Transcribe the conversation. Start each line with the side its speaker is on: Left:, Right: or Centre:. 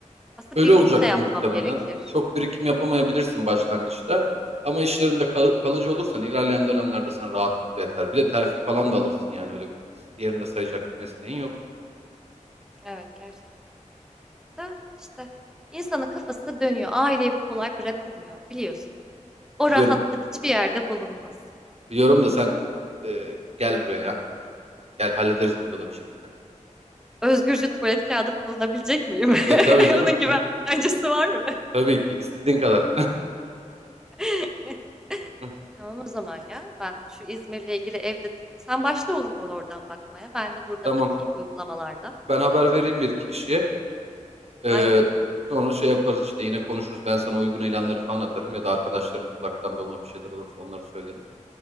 Centre: Aslında
Right: Öyle
Centre: birikim
Right: olacak
Centre: de yapmam
Right: muhtemelen.
Centre: gerekir.
Right: Çok birikim yapamayabilirsin başlangıçta. Ama iş yerinde kal- kalıcı olursan ilerleyen dönemlerde sana rahatlıkla yeter. Bir de terfi falan da alırsın yani öyle yerinde sayacak bir mesleğin yok.
Centre: Evet gerçekten. Da işte insanın kafası dönüyor. Ailevi kolay bırakılmıyor biliyorsun. O
Right: Biliyorum
Centre: rahatlık hiçbir yerde bulunmaz.
Right: Biliyorum da sen e, gel buraya ya. Gel hallederiz burada da bir şekilde.
Centre: Özgürce tuvalet kağıdı kullanabilecek miyim?
Right: De tabii
Centre: <laughs>
Right: canım.
Centre: Onun güvencesi
Right: <laughs>
Centre: var mı?
Right: Tabii ki istediğin kadar.
Centre: <laughs>
Right: <laughs>
Centre: Tamam o zaman ya. Ben şu İzmir'le ilgili evde sen başla o zaman oradan bakmaya. Ben de burada
Right: Tamam.
Centre: bakayım uygulamalarda.
Right: Ben haber vereyim bir iki kişiye. E,
Centre: Aynen.
Right: sonra şey yaparız işte yine konuşuruz. Ben sana uygun ilanları falan atarım ya da arkadaşların kulaktan dolma bir şeyler olursa onları söylerim.